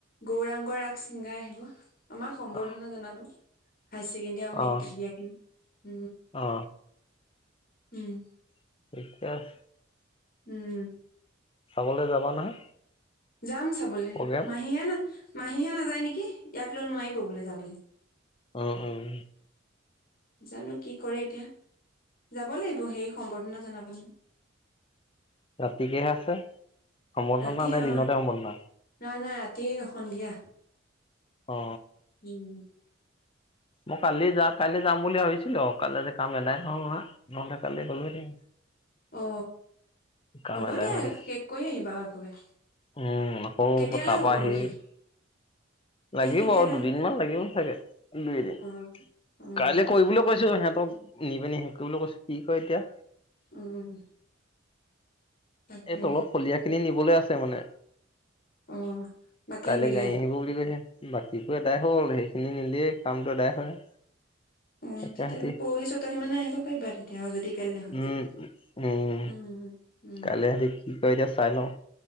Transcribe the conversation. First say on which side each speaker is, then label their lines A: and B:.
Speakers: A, on the left; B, on the left.
A: গৌৰাংগৰাগ ছিংগাৰ আহিব। আমাক সম্বৰ্ধনা
B: অ
A: জনাব হায়াৰ ছেকেণ্ডাৰী আৰু মেট্ৰিক
B: অ
A: দিয়াখিনিক।
B: অ
A: উম।
B: <inaudible>
A: উম।
B: চাবলৈ যাবা নহয়
A: যাম চাবলৈ।
B: প্ৰগ্ৰেম
A: মাহীহে না মাহীহে নাযায় নেকি? ইয়াক লৈ নোৱাৰিব বোলে যাবলৈ।
B: অ উম
A: জানো কি কৰে এতিয়া? যাব লাগিব সেই সম্বৰ্ধনা জনাবলৈ।
B: ৰাতিকেহে আছে। সম্বৰ্ধনা
A: ৰাতি
B: নে
A: অ
B: দিনতে সম্বৰ্ধনা
A: নাই নাই ৰাতি সন্ধিয়া
B: অ
A: উম
B: মই কালি যাম, কাইলৈ যাম বুলি ভাবিছিলোঁ। অ কাইলৈ যে কাম এদায় হোৱা নাই, নহ'লে কালি গলোঁ হেঁতেন।
A: অ
B: কাম
A: হ'ব
B: এদায়
A: দিয়া
B: হয় নেকি?
A: শেষ কৰি আহিবা আৰু একেবাৰে
B: উম--আকৌ
A: কেতিয়ালে
B: তাৰপৰা
A: হ'বনো
B: আহি
A: শেষ শেষ
B: লাগিব
A: কেতিয়ালে
B: আৰু দুদিনমান
A: হ'ব
B: লাগিব ছাগে--দুই দিন।
A: অ উম
B: কাইলে কৰিবলৈ কৈছোঁ সিহঁতক। নিবানি, শেষ কৰিবলৈ কৈছোঁ, কি কয় এতিয়া?
A: উম তাকে
B: এই তলপ ফলিয়া খিনি নি অকলে আছে মানে
A: অ বাকী
B: কাইলৈ
A: নিলে
B: গাড়ী আহিব বুলি কৈছে বাকীবোৰ এদাই হ'ল। সেইখিনি নিলে কামটো এদাই হয়। তাকে
A: অ--তেতিয়া
B: সিহঁতি
A: পৰহি চতৰহি মানত আহিব পাৰিবা, তেতিয়া যদি কাইলৈ হয়।
B: উম উম
A: উম উম
B: কাইলৈ আহ দে এতিয়া চাই লওঁ।